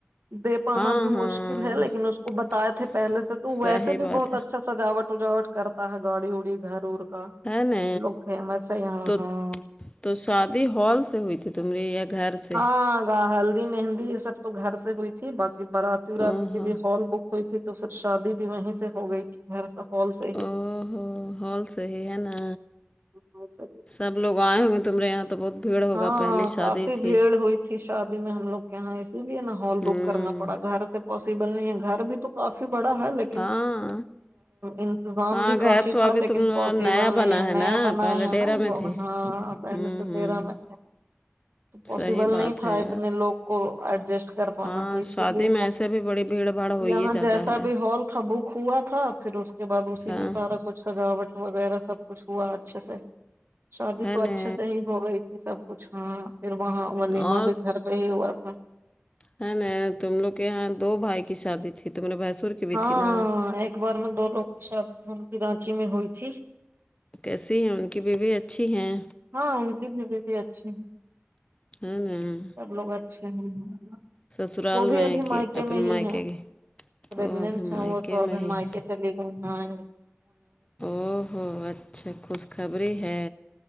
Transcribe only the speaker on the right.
دے پانا
بھی
مشکل ہے لیکن اس کو بتائے تھے
پہلے سے تو ویسے بھی
بہت
اچھا سجاوٹ وجاوٹ کرتا ہے گاڑی وڑی گھر اور کا
وہ لوگ فیمس ہے یہاں
ہاں
ہاں گ ہلدی مہندی یہ سب تو گھر سے ہوئی تھی باقی بارات وراتی
کے
لیے ہال بک ہوئی تھی تو پھر شادی بھی وہیں سے ہو گئی تھی با سا ہال سے <unintelligible>
ہوں
ہاں
کافی
بھیڑ ہوئی تھی شادی میں ہم لوگ کے یہاں اسی لیے نا ہال
بک کرنا پڑا گھر سے پاسبل نہیں ہے گھر بھی تو کافی بڑا ہے لیکن
انتظام
بھی
کافی
تھا
لیکن
پاسبل
نہیں
ہے نیا
بنا
ہے
نا
لوگ
ہاں ا
ن سو
تیرہ م <unintelligible>
تو پاسبل
نہیں تھا
اتنے لوگ کو ایڈجسٹ کر پانا
تو اسی
لیے
یہاں
جیسا
بھی ہال تھا بک ہوا تھا پھر اس کے بعد اسی
ن سارا کچھ سجاوٹ وغیرہ سب کچھ ہوا اچھے سے شادی
تو اچھے
سے ہی ہو گئی یہ سب کچھ ہاں پھر وہاں ولیما
بھی گھر پہ ہی ہوا تھا
ہاں
ایک بار میں دو لوگ کی شادی کی رانچی میں ہوئی تھی
ہاں ان کی دوی بھی اچھی
سب لوگ اچھے ہی ہیں
وہ بھی
ابھی
مائکے
میں ہی
ہیں
پگنٹ
ہیں وہ تو اب
ہم
آار کے چلی گئیئیں گ